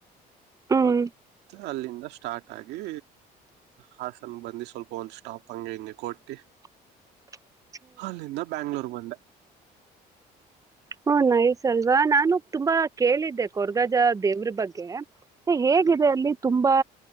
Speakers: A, on the right (about 20°); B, on the right (about 90°).
A: ಹ್ಮ್
B: ಮತ್ತೆ ಅಲ್ಲಿಂದ ಸ್ಟಾರ್ಟ್ ಆಗಿ ಹಾಸನ ಬಂದು ಸ್ವಲ್ಪ ಒಂದು ಸ್ಟಾಪ್ ಹಂಗೆ ಹಿಂಗೆ ಕೊಟ್ಟಿ
A: <unintelligible>
B: ಅಲ್ಲಿಂದ ಬೆಂಗಳೂರಿಗೆ ಬಂದೆ
A: ಹ ನೈಸ್ ಅಲ್ವಾ ನಾನು ತುಂಬಾ ಕೇಳಿದ್ದೆ ಕೊರಗಜ್ಜ ದೇವ್ರ ಬಗ್ಗೆ ಹೇಗಿದೆ ಅಲ್ಲಿ ತುಂಬಾ